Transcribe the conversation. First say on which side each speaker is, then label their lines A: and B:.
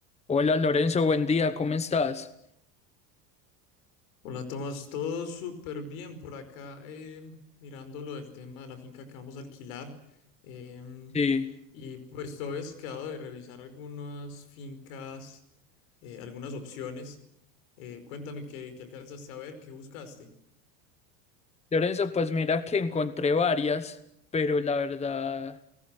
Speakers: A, on the left; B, on the left.
A: Hola Lorenzo, buen día, ¿cómo estás?
B: Hola Tomás, todo súper bien por acá, em, mirando lo del tema de la finca que vamos a alquilar. em,
A: Sí.
B: y pues todavía has quedado de revisar algunas fincas, eh, algunas opciones. Eh, cuéntame qué, qué alcanzaste a ver, qué buscaste.
A: Lorenzo, pues mira que encontré varias, pero la verdad